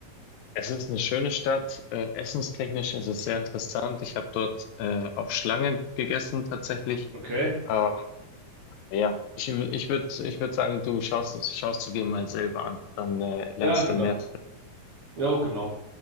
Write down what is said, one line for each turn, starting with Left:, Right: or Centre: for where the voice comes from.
Left: Es ist eine schöne Stadt. Äh, essenstechnisch ist es sehr interessant. Ich habe dort äh, auf Schlangen gegessen tatsächlich.
Right: Okay.
Left: Ähm, ja, ich, ich würde ich würd sagen, du schaust es, schaust du dir mal selber an. Dann äh, lernst
Right: Ja, genau.
Left: du mehr.
Right: Ja, genau.